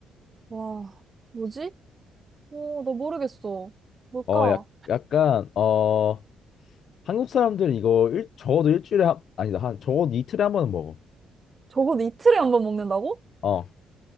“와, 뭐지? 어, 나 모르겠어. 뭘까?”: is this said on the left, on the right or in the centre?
Right